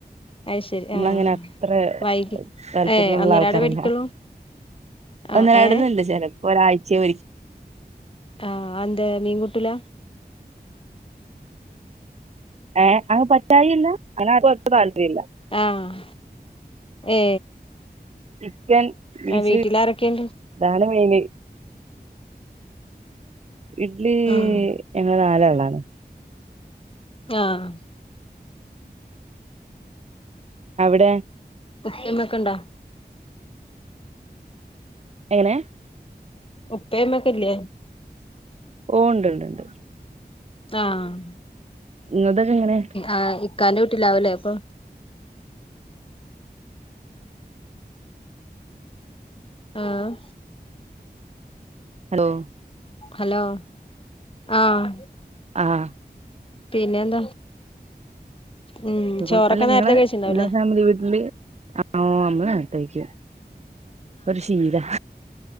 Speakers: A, on the left; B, on the right.
A: അയ് ശരി
B: നമ്മളങ്ങന
A: ആ
B: അത്ര
A: വൈകി
B: താല്പര്യള്ള
A: ഏ ഒന്നരാടേ
B: ആൾക്കാരല്ല
A: മേടിക്കുള്ളൂ ആ
B: ഒന്നരാടന്
A: ഏ
B: ണ്ട് ചലപ്പോ ഒരാഴ്ചയെ ഒരി.
A: ആഹ് അന്തെ മീൻകൂട്ടുല.
B: ഏ അങ്ങ് പറ്റായിയല്ല അങ്ങനെ ആര്ക്കും ഒട്ടുംതാല്പപര്യാല്ല.
A: ആഹ് ഏ
B: ചിക്കൻ ബീഫ്
A: ആ വീട്ടില് ആരൊക്കേണ്ട്.
B: അതാണ് മയിന് ഇഡ്ലി
A: ഉം
B: ഞങ്ങൾ നാലാളാണ്.
A: ആഹ്
B: അവിടെ.
A: ഉപ്പ ഉമ്മ ഒക്കെണ്ടാ.
B: എങ്ങനെ.
A: ഉപ്പേമ്മക്കല്ലേ.
B: ഓ ണ്ട്ണ്ട് ണ്ട്.
A: ആഹ്
B: ങ്ങളതൊക്കെ എങ്ങനെ.
A: ആഹ് ഇക്കാന്റെ വീട്ടിലാവു ല്ലേ പ്പൊ. ആഹ്
B: ഹലോ.
A: ഹലോ ആഹ്.
B: ആഹ്
A: പിന്നെന്താ. ഉം
B: സുഖം
A: ചോറൊക്കെ
B: അല്ല
A: നേരത്തെ
B: ങ്ങളെ
A: കഴിച്ചിണ്ടാവൂലേ
B: നങ്ങള ഫാമിലി വീട്ടില് ഓ അമ്മള് നേത്തയ്ക്കും ഒരു ശീലാ.